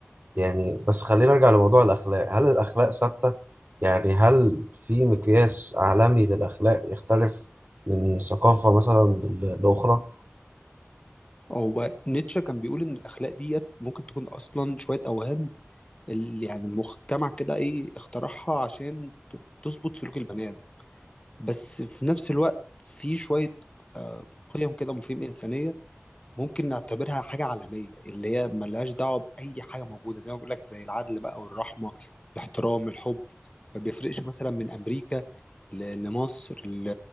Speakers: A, on the right; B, on the left.
A: يعني بس خلينا نرجع لموضوع الأخلاق هل الأخلاق ثابتة؟ يعني هل في مقياس عالمي للأخلاق يختلف من ثقافة مثلا ل- لأخرى؟
B: هو نيتشه كان بيقول ان الاخلاق ديت ممكن تكون اصلا شويه اوهام ال- يعني المجتمع كده ايه اخترعها عشان ت- تظبط سلوك البني ادم بس في نفس الوقت في شويه آه، قيم كده مفاهيم انسانيه ممكن نعتبرها حاجه عالميه اللي هي ملهاش دعوه باي حاجه موجوده زي ما بقول لك زي العدل بقى والرحمه الاحترام الحب ما بيفرقش مثلا من امريكا ل- لمصر ل-